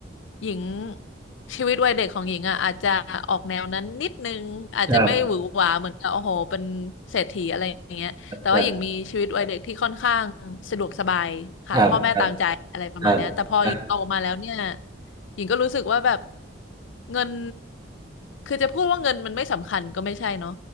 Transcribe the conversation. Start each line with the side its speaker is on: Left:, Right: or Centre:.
Left: หญิงชีวิตวัยเด็กของหญิงอ่ะอาจจะออกแนวนั้นนิดนึงอาจจะไม่หวือหวาเหมือนกับโอ้โหเป็นเศรษฐีอะไรอย่างเงี้ยแต่ว่าหญิงมีชีวิตวัยเด็กที่ค่อนข้างสะดวกสบายค่ะพ่อแม่ตามใจอะไรประมาณเนี้ยแต่พอหญิงโตมาแล้วเนี่ย
Right: ครับครับครับครับครับครับ
Left: หญิงก็รู้สึกว่าแบบเงินคือจะพูดว่าเงินมันไม่สำคัญก็ไม่ใช่เนาะ